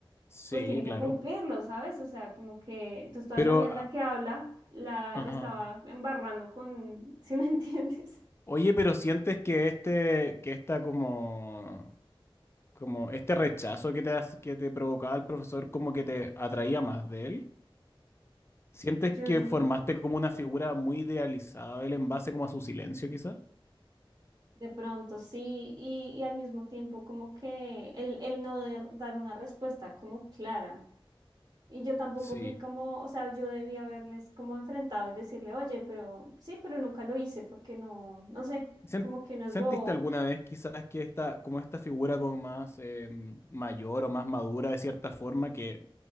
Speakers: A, on the left (about 25°); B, on the right (about 50°).
A: sí,
B: pues tiene
A: claro.
B: que cumplirlo, ¿sabes? O sea, como que entonces toda
A: Pero,
B: esa mierda
A: ah,
B: que habla la,
A: ajá.
B: la estaba embarrando con, <laughs> ¿sí me entiendes?
A: Oye, pero sientes que este, que esta como, como este rechazo que te, hace- que te provocaba el profesor como que te atraía más de él? ¿Sientes
B: Yo
A: que
B: n-
A: formaste como una figura muy idealizada de él en base como a su silencio, quizás?
B: de pronto sí, y, y al mismo tiempo como que el, el no der- dar una respuesta como clara. Y yo tampoco
A: Sí.
B: fui como, o sea, yo debía haberles como enfrentado y decirle, oye, pero sí, pero nunca lo hice porque no, no sé,
A: ¿Sen-
B: como que no
A: ¿Sentiste
B: es bobo,
A: alguna vez quizás que esta, como esta figura como más eh, mayor o más madura de cierta forma, que